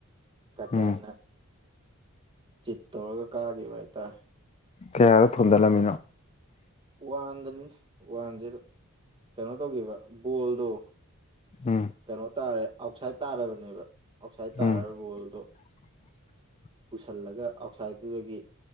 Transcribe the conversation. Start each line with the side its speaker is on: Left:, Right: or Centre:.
Right: ꯀꯇꯔꯅ
Left: ꯎꯝ
Right: ꯆꯤꯠ ꯇꯧꯔꯒ ꯀꯥꯈꯤꯕ ꯍꯥꯏꯇꯥ
Left: ꯀꯌꯥꯗ ꯊꯣꯝꯗꯠꯂꯝꯃꯤꯅꯣ
Right: ꯋꯥꯟꯗꯅꯤ ꯋꯥꯟ ꯖꯔꯣ ꯀꯩꯅꯣ ꯇꯧꯒꯤꯕ ꯕꯣꯜꯗꯣ
Left: ꯎꯝ
Right: ꯀꯩꯅꯣ ꯇꯥꯔꯦ ꯑꯥꯎꯠꯁꯥꯏꯠ ꯇꯥꯔꯕꯅꯦꯕ ꯑꯥꯎꯠꯁꯥꯏꯠ
Left: ꯎꯝ
Right: ꯇꯥꯔꯕ ꯕꯣꯜꯗꯣ
Left: <inaudible>
Right: ꯄꯨꯁꯜꯂꯒ ꯑꯥꯎꯠꯁꯥꯏꯠꯇꯨꯗꯒꯤ